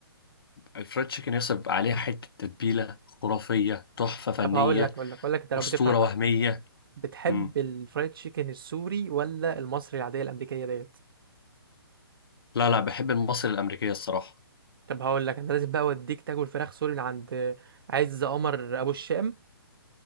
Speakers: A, on the left; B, on the right.
A: الفرايد تشيكن يصب بيبقى عليها حتة تتبيلة خرافية تحفة فنية
B: طب هقول لك اقول لك اقول لك انت لو
A: أسطورة
B: بتفهم بقى
A: وهمية
B: بتحب
A: مم.
B: الفرايد تشيكن السوري ولا المصري العاديه الامريكيه ديت
A: لا لا بحب المصري الأمريكية الصراحة
B: طب هقول لك انا لازم بقى اوديك تاكل فراخ سوري من عند عز قمر ابو الشام